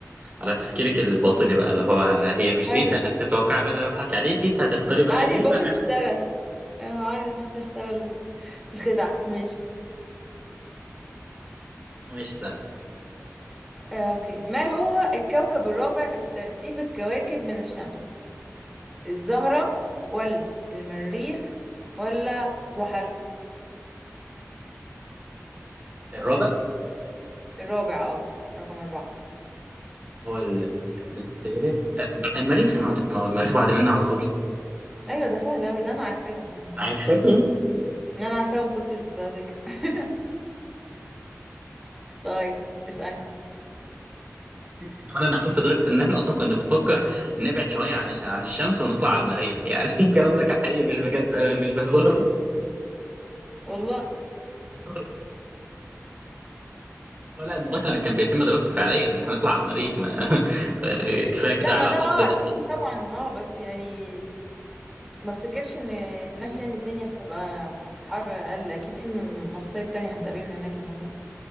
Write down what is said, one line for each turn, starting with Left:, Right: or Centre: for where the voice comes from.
Right: على تفكيرك الباطني بقى اللي هو هي مش
Centre: ايوه
Right: دي فتتوقعي بقى إن انا بضحك عليكي فهتختاري بقى
Centre: علي
Right: دي
Centre: الباطن
Right: لا
Centre: اشترى آه، علي الباطن اشترى ال- الخدعة ماشي
Right: <laughs> ماشي سهل
Centre: آه، اوكي ما هو الكوكب الرابع في الترتيب الكواكب من الشمس الزهرة ولا المريخ ولا زحل
Right: الرابع
Centre: الرابع اه رقم أربعة
Right: هو ال- التالت آه، المريخ يا معلم ما هو المريخ بعد منا على طول
Centre: أيوة ده سهل أوي ده أنا عارفاها طبعا
Right: عارف <laughs>
Centre: أنا عارفاها ومكنتش بذاكر <laughs> طيب اسألني
Right: كمان انا عارف لدرجه ان احنا اصلا كنا بنفكر نبعد شويه عن الش- عن الشمس ونطلع على المريخ يعني <laughs> الكلام ده كان حقيقي مش بجد آه، مش بهزار
Centre: والله
Right: <laughs> آه، لا الموضوع كان كان بيتم دراسته فعليا ان احنا نطلع على المريخ ما... <laughs> آه، كفايه
Centre: <laughs>
Right: كده
Centre: لا
Right: على
Centre: ما ده
Right: الارض
Centre: اه عارفين
Right: بقى
Centre: طبعا اه بس يعني ما افتكرش ان هناك
Right: م-
Centre: يعني الدنيا هتبقى حر اقل اكيد في م- مصايب تانية
Right: م.
Centre: هتقابلنا هناك لما نروح